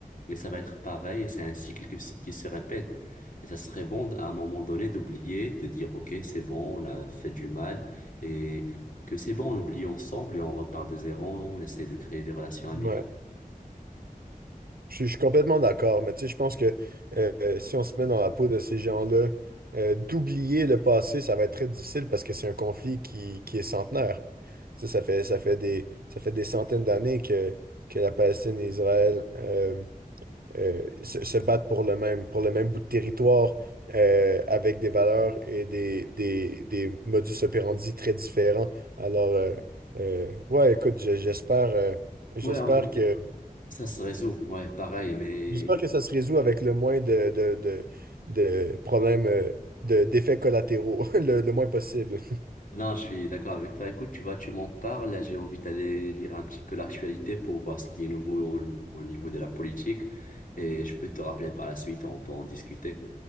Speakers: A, on the left (about 65°); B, on the right (about 80°).
A: Et ça va être pareil, et c'est un cycle que se- qui se répète. Et ça serait bon à un moment donné d'oublier, de dire, OK, c'est bon, on a fait du mal, et que c'est bon, on oublie ensemble et on repart de zéro, on essaie de créer des relations amicales.
B: Ouais. Je, suis je suis complètement d'accord, mais tu sais, je pense que euh, euh, si on se met dans la peau de ces gens-là, euh, d'oublier le passé, ça va être très difficile parce que c'est un conflit qui, qui est centenaire. Tu sais, ça fait, ça fait des, ça fait des centaines d'années que, que la Palestine et Israël euh, euh, se, se battre pour le même, pour le même bout de territoire euh, avec des valeurs et des, des, des modus operandi très différents. Alors, euh, euh, ouais, écoute, je- j'espère, euh, j'espère
A: Ouais, en vrai.
B: que,
A: Ça se résout, ouais, pareil, mais
B: j'espère que ça se résout avec le moins de, de, de, de problèmes, euh, de, d'effets collatéraux, <laughs> le, le moins possible.
A: non, je suis d'accord avec toi. Écoute, tu vois, tu m'en parles, là, j'ai envie d'aller lire un petit peu l'actualité pour voir ce qui est nouveau au, au niveau de la politique, et je peux te rappeler par la suite, on peut en discuter.